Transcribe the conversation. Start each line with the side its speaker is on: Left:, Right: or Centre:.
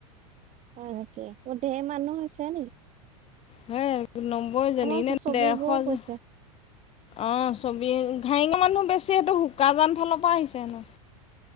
Right: হয় নেকি? ধেৰ মানুহ হৈছে নি?
Left: হে নব্বৈজনীনে
Right: আমাৰ ছবিবৌ
Left: ডেৰশ
Right: গৈছে
Left: জ, অ'। চবি, ঘাইঙা মানুহ বেছি সেইটো শুকাজান ফালৰ পৰা আহিছে হেনো।